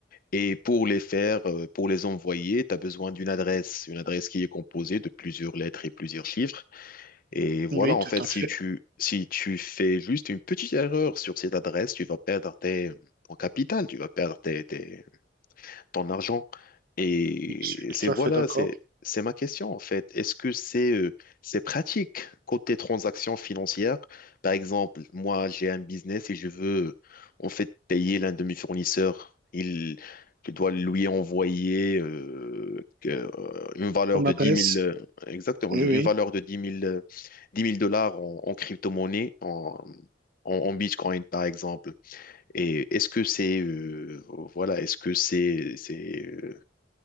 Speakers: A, on the left; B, on the right.
A: Et pour les faire, euh, pour les envoyer, tu as besoin d'une adresse, une adresse qui est composée de plusieurs lettres et plusieurs chiffres. Et voilà,
B: oui,
A: en
B: tout
A: fait,
B: à
A: si
B: fait,
A: tu, si tu fais juste une petite erreur sur cette adresse, tu vas perdre tes, ton capital, tu vas perdre tes, tes- ton argent. Et
B: je suis tout
A: c'est voilà,
B: à fait d'accord.
A: c'est c'est ma question en fait. Est-ce que c'est euh, c'est pratique côté transactions financières? Par exemple, moi j'ai un business et je veux en fait payer l'un de mes fournisseurs. Il je dois lui envoyer euh, que- euh, une valeur
B: Ton
A: de
B: adresse,
A: dix mille euh, exactement,
B: oui,
A: une
B: oui.
A: une valeur de dix mille euh, 10 000 dollars en, en crypto-monnaie, en, en, en Bitcoin par exemple. Et est-ce que c'est euh, voilà, est-ce que c'est c'est euh,